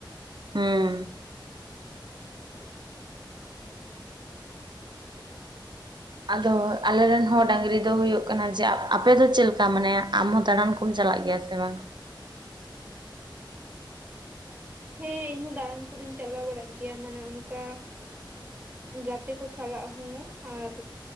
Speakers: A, on the right (about 65°); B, on the right (about 20°).
A: ᱦᱩᱸᱻ ᱟᱫᱚ ᱟᱞᱮ ᱨᱮᱱ ᱦᱚᱸ ᱰᱟᱝᱨᱤ ᱫᱚ ᱦᱩᱭᱩᱜ ᱠᱟᱱᱟ ᱡᱮ ᱟᱯᱮ ᱫᱚ ᱪᱮᱫ ᱞᱮᱠᱟ ᱢᱟᱱᱮ ᱟᱢ ᱦᱚᱸ ᱫᱟᱬᱟᱱ ᱠᱚᱼᱼ ᱠᱚᱢ ᱪᱟᱞᱟᱜ ᱜᱮᱭᱟ ᱥᱮ ᱵᱟᱝ?
B: ᱦᱮᱸ ᱤᱧ ᱦᱚᱸ ᱫᱟᱬᱟᱱ ᱠᱚ ᱫᱩᱧ ᱪᱟᱞᱟᱣ ᱵᱟᱲᱟᱜ ᱜᱮᱭᱟ ᱢᱟᱱᱮ ᱚᱱᱠᱟ᱾ ᱜᱟᱛᱮ ᱠᱚ ᱥᱟᱞᱟᱜ ᱦᱚᱸ ᱟᱨᱼᱼ